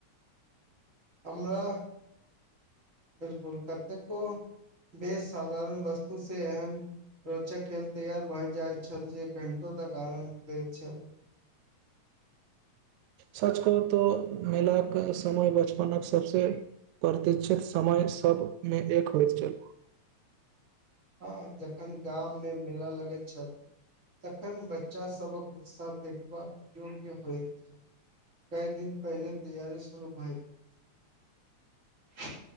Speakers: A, on the right; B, on the right.
A: हमरा बिलकुल कतेकेको बेसधारण वस्तु से एहन रोचक खेल तैयार भए जाइत छल जे घंटो तक आनन्द दैत छल
B: सच कहूं तो मेलाके समय बचपन सबसँ प्प्रतिक्षित समय सबमें एक होइत छल
A: हँ जखन गाममे मेला लगैत छल तखन बच्चा सभक उत्साह देखबबाक योग्य होइत छै कई दिन पहिले तैयारी शुरू भैय जाइ